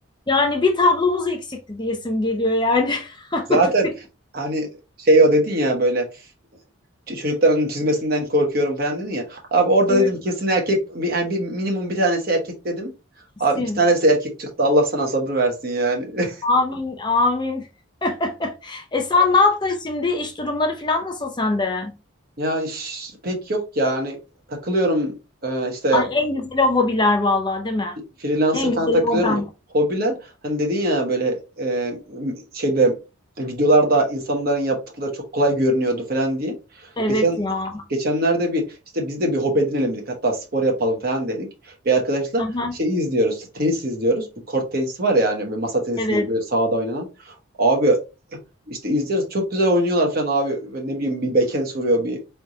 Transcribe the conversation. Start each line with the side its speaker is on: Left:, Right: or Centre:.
Left: Yani bir tablomuz eksikti diyesim geliyor yani. <laughs> Anladın
Right: Zaten
Left: mı?
Right: hani şey o dedin ya böyle ç- çocukların çizmesinden korkuyorum falan dedin ya. Abi orada
Left: Evet,
Right: dedim kesin erkek bir, yani bir- minimum bir tanesi erkek dedim.
Left: kesin.
Right: Abi iki tanesi erkek çıktı Allah sana sabır versin yani. <laughs>
Left: Amin, amin. <laughs> E sen ne yaptın şimdi? İş durumları falan nasıl sende?
Right: Ya iş pek yok ya hani takılıyorum e, işte
Left: Ay en güzeli o hobiler vallahi değil mi?
Right: Freelancer
Left: En
Right: falan
Left: güzeli
Right: takılıyorum
Left: oradan.
Right: da. Hobiler hani dedin ya böyle e, şeyde videolarda insanların yaptıkları çok kolay görünüyordu falan diye.
Left: Evet
Right: Geçen
Left: ya.
Right: geçenlerde bir işte biz de bir hobi edinelim dedik. Hatta spor yapalım falan dedik. Bir arkadaşla
Left: Aha,
Right: şey izliyoruz. Tenis izliyoruz. Bu kort tenisi var ya hani böyle masa tenisi
Left: evet.
Right: değil böyle sahada oynanan. Abi işte izliyoruz. Çok güzel oynuyorlar falan abi. Ve Ne bileyim bir backhand vuruyor, bir